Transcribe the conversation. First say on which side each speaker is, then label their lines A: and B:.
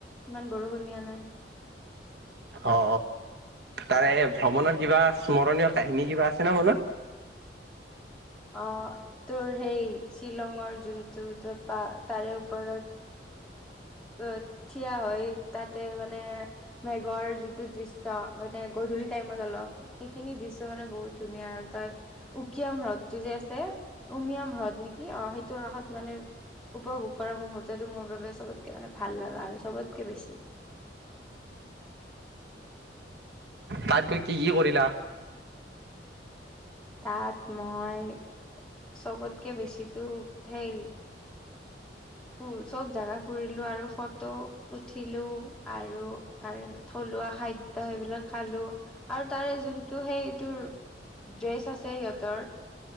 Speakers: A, in the centre; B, on the right (about 60°).
A: ইমান বৰষুণ দিয়া নাই।
B: অ তাৰে ভ্ৰমণত কিবা স্মৰণীয় কাহিনী কিবা আছে নে মনত।
A: আহ তোৰ সেই শ্বিলঙৰ যোনটো তো তাৰে ওপৰত। অ থিয় হয় তাতে মানে মেঘৰ যিটো দৃশ্য মানে গধূলি। টাইমত অলপ সেইখিনি দৃশ্য মানে বহুত ধুনীয়া আৰু তই উকিয়াম হ্ৰদটো যে আছে। উমিয়াম হ্ৰদ নেকি অ সেইটোৰ ৰাসত মানে- উপভোগ কৰা মুহুৰ্তো মোৰ বাবে চবত মানে ভাল লগা আৰু চবতকে বেছি।
B: তাত গৈ কি কি কৰিলা?
A: তাত মই চবতকে বেছি তো সেই- ফু চব জাগাত ফুৰিলোঁ আৰু ফটো উঠিলোঁ ।আৰু তাৰে থলুৱা খাদ্য সেইবিলাক খালোঁ ।আৰু তাৰে যোনটো সেইটোৰ ড্ৰেছ আছে সিহঁতৰ।